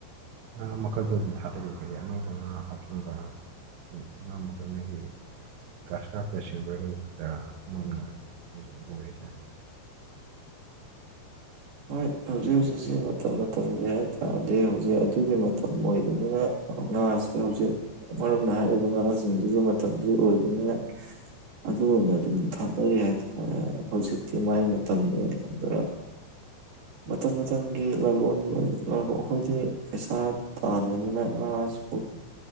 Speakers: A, on the right; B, on the right.
A: ꯉꯥ ꯃꯈꯜꯗꯣ ꯑꯗꯨꯝ ꯊꯥꯗꯔꯤꯕ ꯍꯥꯏꯗꯤ ꯑꯅꯧꯕ ꯉꯥ ꯍꯥꯞꯆꯟꯕ ꯉꯥ ꯃꯈꯜꯒꯤ ꯒ꯭ꯔꯥꯁ ꯀꯥꯞꯄ ꯁꯤꯜꯚꯔꯒꯗꯨ ꯈꯛꯇ <unintelligible> ꯍꯧꯖꯤꯛ ꯇꯧꯔꯤꯁꯦ
B: ꯍꯣꯏ ꯍꯧꯖꯤꯛ ꯍꯧꯖꯤꯛꯁꯤ ꯃꯇꯝ ꯃꯇꯝꯒꯤ ꯍꯥꯏ ꯇꯥꯔꯗꯤ ꯍꯧꯖꯤꯛ ꯑꯗꯨꯒꯤ ꯃꯇꯝ ꯑꯣꯏꯕꯅꯤꯅ ꯉꯥꯥꯁꯦ ꯍꯧꯖꯤꯛ ꯑꯃꯔꯣꯝꯗ ꯍꯥꯏꯔꯤꯕ ꯉꯥꯖꯤꯡꯗꯨꯒꯤ ꯃꯇꯝꯗꯤ ꯑꯣꯏꯕꯅꯤꯅ ꯑꯗꯨ ꯑꯣꯏꯅ ꯑꯗꯨꯝ ꯊꯥꯗꯔꯤ ꯍꯥꯏꯇꯥꯔꯦ ꯍꯧꯖꯤꯛꯇꯤ ꯃꯥꯏ ꯃꯇꯝꯅꯤ ꯑꯗꯨꯅ꯫ ꯃꯇꯝ ꯃꯇꯝꯒꯤ ꯂꯂꯣꯟꯕ ꯑꯩꯈꯣꯏꯗꯤ ꯄꯩꯁꯥ ꯇꯥꯟꯕꯅꯤꯅ ꯉꯥꯁꯨ